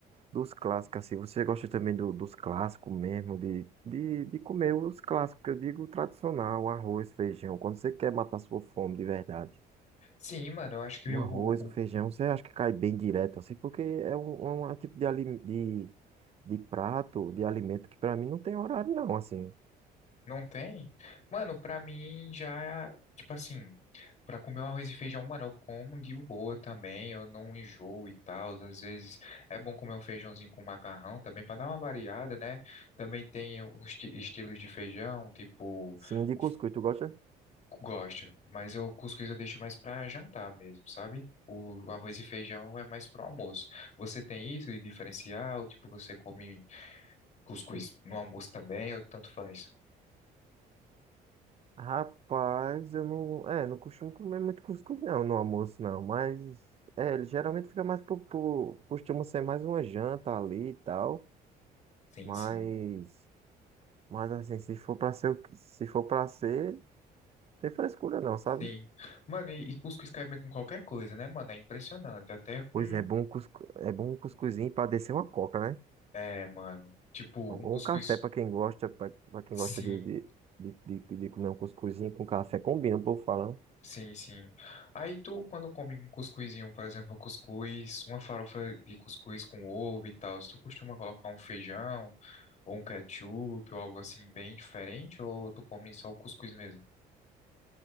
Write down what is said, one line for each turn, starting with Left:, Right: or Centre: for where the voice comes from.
Right: Dos clássicos, assim, você gosta também do, dos clássicos mesmo, de, de, de comer os clássicos, que eu digo tradicional, arroz, feijão, quando você quer matar sua fome de verdade.
Left: Sim, mano, eu acho que
Right: Um
Left: o,
Right: arroz,
Left: o- o-
Right: um feijão, você acha que cai bem direto, assim, porque é um, é um tipo de, ali- de, de prato, de alimento, que pra mim não tem horário não, assim.
Left: não tem. Mano, pra mim já, tipo assim, pra comer um arroz e feijão, mano, eu como de boa também, eu não enjoo e tal. Às vezes é bom comer um feijãozinho com macarrão também pra dar uma variada, né? Também tem os esti- estilos de feijão, tipo,
Right: Sim, de
Left: o
Right: cuscuz,
Left: f-
Right: tu gosta?
Left: gosto, mas eu cuscuz eu deixo mais pra jantar mesmo, sabe? O arroz e feijão é mais pro almoço. Você tem isso de diferencial? Tipo, você come Cuscuz. No almoço também, eu tanto faz.
Right: Rapaz, eu não, é, não costumo comer muito cuscuz não, no almoço não, mas, é, ele geralmente fica mais por, por, costuma ser mais uma janta ali e tal.
Left: Sim,
Right: Mas,
Left: sim.
Right: mas assim, se for pra ser, o que- se for para ser, tem frescura não, sabe?
Left: Sim. Mano, e, e cuscuz cai bem com qualquer coisa, né, mano? É impressionante. Até com.
Right: Pois é, bom um cuscu, é bom um cuscuzinho pra descer uma coca, né?
Left: É, mano. Tipo,
Right: Ou
Left: um cuscuz.
Right: um café pra quem gosta, pra pra quem
Left: Sim,
Right: gosta de, de, de, de- de comer um cuscuzinho com café, combina, o povo fala. né?
Left: sim, sim. Aí tu, quando come um cuscuzinho, por exemplo, um cuscuz, uma farofa de cuscuz com ovo e tal, tu costuma colocar um feijão ou um ketchup ou algo assim bem diferente? Ou tu come só o cuscuz mesmo?